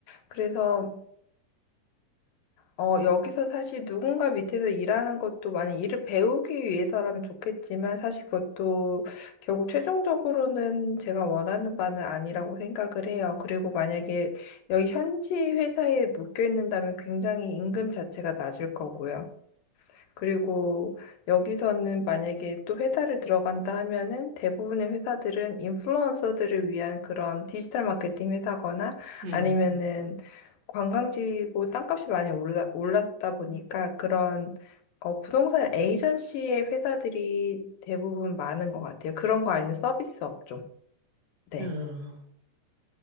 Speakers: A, on the left (about 85°); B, on the right (about 60°).
A: 그래서 어, 여기서 사실 누군가 밑에서 일하는 것도 만약 일을 배우기 위해서라면 좋겠지만 사실 그것도 결국 최종적으로는 제가 원하는 바는 아니라고 생각을 해요. 그리고 만약에 여기 현지 회사에 묶여 있는다면 굉장히 임금 자체가 낮을 거고요. 그리고 여기서는 만약에 또 회사를 들어간다 하면은 대부분의 회사들은 인플루언서들을 위한 그런 디지털 마케팅 회사거나
B: 음,
A: 아니면은 관광지고 땅값이 많이 올라, 올랐다 보니까 그런 어, 부동산 에이전시의 회사들이 대부분 많은 것 같아요. 그런 거 아니면 서비스 업종. 네.
B: 음. 어.